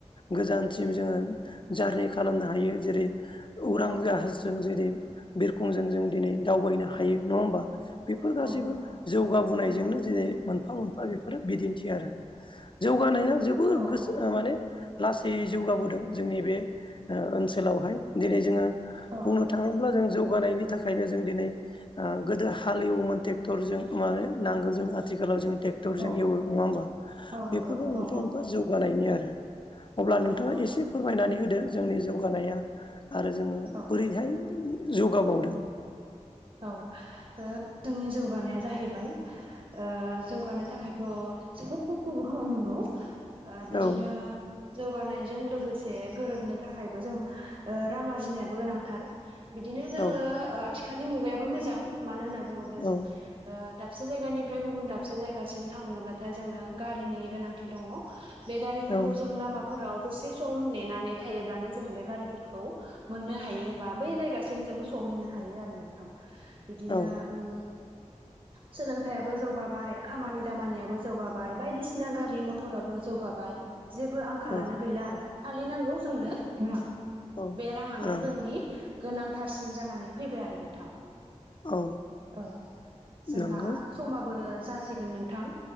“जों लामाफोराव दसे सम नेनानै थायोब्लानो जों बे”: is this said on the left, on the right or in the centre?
Right